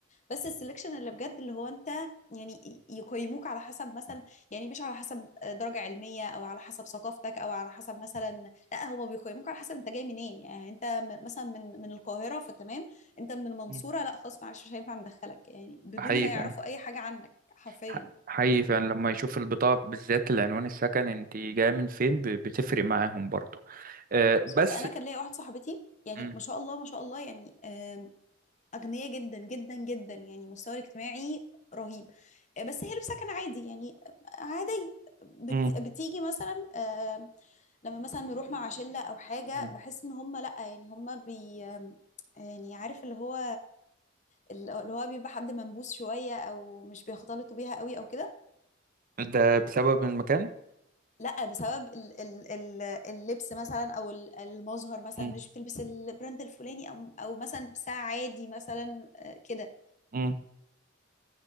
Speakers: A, on the left; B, on the right.
A: بس السلكشن اللي بجد اللي هو انت يعني ي- يقيموك على حسب مثلا يعني مش على حسب درجة علمية او على حسب ثقافتك او على حسب مثلا لا هو بيقيموك على حسب انت جاي منين يعني انت م- مثلا من من القاهرة فتمام انت من المنصورة
B: مم.
A: لا خلاص معلش مش هينفع ندخلك يعني بدون
B: حقيقي
A: ما يعرفوا
B: فعلا
A: اي حاجة عنك حرفيا
B: ح- حقيقي فعلا لما يشوف البطاقة بالذات العنوان السكن انت جاية من فين ب- بتفرق معاهم برضو آه، بس
A: بالظبط انا كان ليا واحد صاحبتي يعني
B: مم،
A: ما شاء الله ما شاء الله يعني آم، أغنياء جدا جدا جدا يعني مستوى اجتماعي رهيب آه، بس هي لابسة كان عادي يعني آه، عادي بت...
B: مم،
A: بتيجي مثلا آه، لما مثلا نروح مع شلة أو حاجة
B: مم.
A: بحس إن هم لأ يعني هم بي آم، يعني عارف اللي هو اللي هو بيبقى حد منبوس شوية أو مش بيختلطوا بيها قوي أو كده
B: ده بسبب المكان
A: لأ بسبب ال- ال- ال- اللبس مثلا أو ال- المظهر مثلا
B: مم،
A: مش بتلبس البراند الفلاني أو أو مثلا لبسها عادي مثلا آه، كده
B: مم.